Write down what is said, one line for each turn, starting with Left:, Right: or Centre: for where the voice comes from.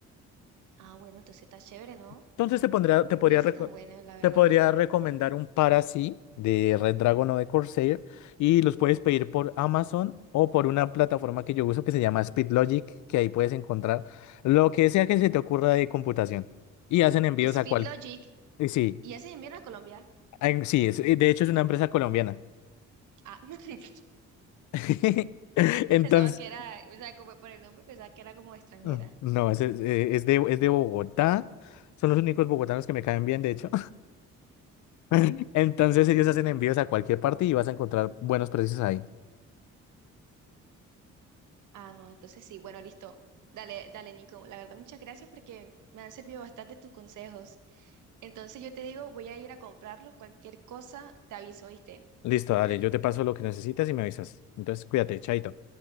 Right: Ah, bueno, entonces está chévere, ¿no?
Left: Entonces te pondría, te
Right: Uy,
Left: podría,
Right: ese
Left: reco-
Right: tan bueno, la verdad.
Left: te podría recomendar un par así de Red Dragon o de Corsair y los puedes pedir por Amazon o por una plataforma que yo uso que se llama SpeedLogic, que ahí puedes encontrar lo que sea que se te ocurra de computación y hacen envíos
Right: Speed
Left: a cualquier...
Right: Logic.
Left: Sí,
Right: ¿Y ya se envió a Colombia?
Left: Ay, Sí, es- eh, de hecho es una empresa colombiana.
Right: Ah, <laughs>
Left: <laughs> Entonces,
Right: pensaba que era, o sea, como por el nombre pensaba que era como extranjera.
Left: mm, no, es, es, eh, es de, es de Bogotá. Son los únicos bogotanos que me caen bien, de hecho. <laughs> Entonces ellos hacen envíos a cualquier parte y vas a encontrar buenos precios ahí.
Right: Ah, no, entonces sí, bueno, listo. Dale, dale, Nico. La verdad, muchas gracias porque me han servido bastante tus consejos. Entonces yo te digo, voy a ir a comprarlos. Cualquier cosa, te aviso, ¿viste?
Left: Listo, dale, yo te paso lo que necesitas y me avisas. Entonces, cuídate, chaito.